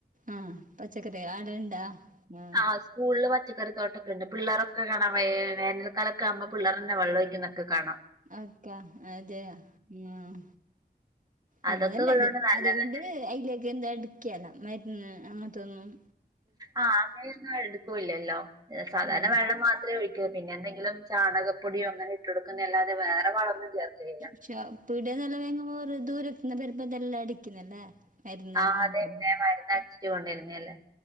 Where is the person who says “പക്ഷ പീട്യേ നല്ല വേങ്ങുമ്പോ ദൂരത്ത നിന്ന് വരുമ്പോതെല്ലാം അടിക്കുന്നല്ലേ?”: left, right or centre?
Right